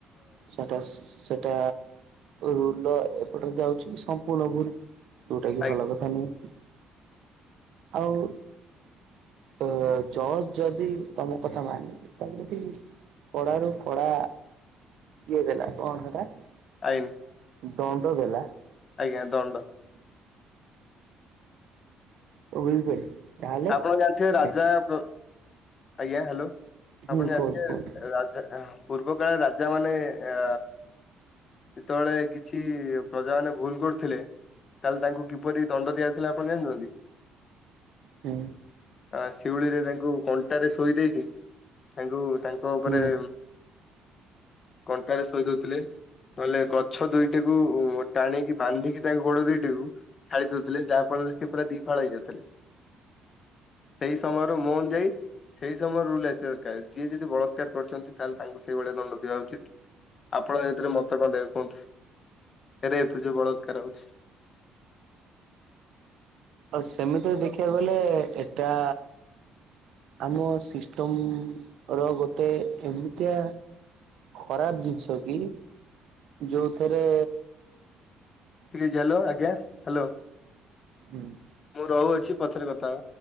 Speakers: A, on the right; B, on the left.
A: ସେଟା ସେଟା ରୁଲ ଏପଟେ ଯାଉଛି ସମ୍ପୂର୍ଣ ଭୁଲ। ଯଉଟା କି
B: ଆଜ୍ଞା
A: ଭଲ କଥା ନୁହଁ ଆଉ ଅ ଜଜ ଯଦି ତମ କଥା ମାନିବି ତାହେଲେ ସେଠି କଡା ରୁ କଡା ଇଏ ଦେଲା କଣ ହେଟା
B: ଆଇନ୍।
A: ଦଣ୍ଡ ଦେଲା।
B: ଆଜ୍ଞା ଦଣ୍ଡ।
A: <unintelligible>
B: ଆପଣ ଜାଣିଥିବେ ରାଜା
A: ସେ
B: ପ ଆଜ୍ଞା ହ୍ୟାଲୋ
A: ହୁଁ
B: ଆପଣ
A: କୁହନ୍ତୁ
B: ଜାଣିଛେ
A: କୁହନ୍ତୁ
B: ରାଜା ପୂର୍ବକାଳରେ ରାଜା ମାନେ ଅ ସେତେବେଳେ କିଛି ପ୍ରଜା ମାନେ ଭୁଲ କରୁଥିଲେ ତାହେଲେ ତାଙ୍କୁ କିପରି ଦଣ୍ଡ ଦିଆର ଥିଲା ଆପଣ ଜାଣିଛନ୍ତି?
A: ହଁ।
B: ଆ ଶିଉଳି ରେ ତାଙ୍କୁ କଣ୍ଟାରେ ଶୋଇ ଦେଇକି ତାଙ୍କୁ ତାଙ୍କ ଉପରେଁ
A: ହୁଁ
B: କଣ୍ଟାରେ ଶୋଇ ଦଉଥିଲେ ନହେଲେ ଗଛ ଦୁଇଟିକୁ, ଟାଣିକି ବାନ୍ଧିକି ତାଙ୍କ ଗୋଡ ଦିଇଟିକୁ ଛାଡି ଦଉଥିଲେ ଯାହାଫଳରେ ସେ ପୁରା ଦିପାଳ ହେଇ ଯାଉଥିଲେ ସେଇ ସମୟରୁ ମୋନ ଯାଇ ସେଇ ସମୟରେ ରୁଲ ଆସିବା ଦରକାର ଯିଏ ଯଦି ବଳାତ୍କାର କରୁଛନ୍ତି ତାହେଲେ ତାଙ୍କୁ ସେଇ ଭଳିଆ ଦଣ୍ଡ ଦବା ଉଚିତ ଆପଣ ଏଥିରେ ମତେ କ କୁହନ୍ତୁ? ଏରେ ପୂଜା ବଳାତ୍କାର ହଉଛି
A: ଆଉ ସେମିତିରେ ଦେଖିବାକୁ ଗଲେ ଏଟା ଆମ ସିଷ୍ଟମ ର ଗୋଟେ ଏମିତିଆ ଖରାପ ଜିନିଷ କି ଯୋଉଥିରେ
B: ଠିକ ଅଛି ହ୍ୟାଲୋ ଆଜ୍ଞା ହ୍ୟାଲୋ!
A: ହୁଁ।
B: ମୁଁ ରହୁଅଛି ପଛର କଥା।